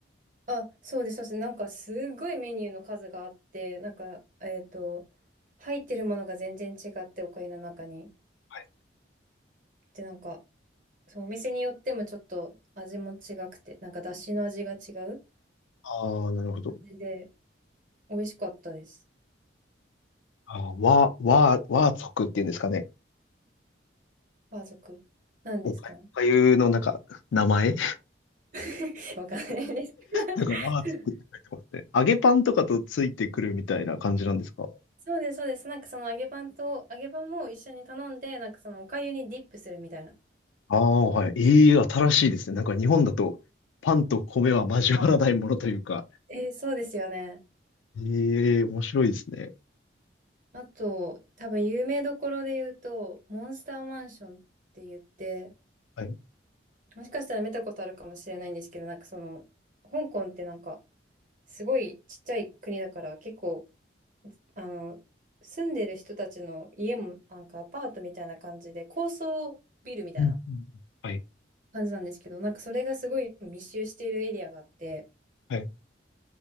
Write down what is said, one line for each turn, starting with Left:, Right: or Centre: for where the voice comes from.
Right: あ、そうです、そうです。なんかすごいメニューの数があって、なんか、えっと、入ってるものが全然違って、お粥の中に。
Left: はい
Right: で、なんか、そう、お店によってもちょっと味も違くて、なんか、だしの味が違う
Left: ああ、なるほど。
Right: 感じで、美味しかったです。
Left: ああ、和、和、和族っていうんですかね。
Right: バー族。何ですか
Left: お粥、お粥のなんか名前
Right: <laughs> わかんないです。<laughs>
Left: なんかアーツって書いてますね。揚げパンとかとついてくるみたいな感じなんですか
Right: そうです、そうです。なんかその揚げパンと、揚げパンも一緒に頼んで、なんかそのお粥にディップするみたいな。
Left: ああ、はい。いい、新しいですね。なんか日本だとパンと米は交わらないものというか。
Right: えーそうですよね。
Left: ええ、面白いですね。
Right: あと、多分有名どころで言うと、モンスターマンションって言って、
Left: はい。う
Right: もしかしたら見たことあるかもしれないんですけど、なんかその、香港ってなんか、すごいちっちゃい国だから結構あの住んでる人たちの家もなんかアパートみたいな感じで高層ビルみたいな
Left: んうんうんはい。
Right: 感じなんですけどなんかそれがすごい密集しているエリアがあって
Left: はい。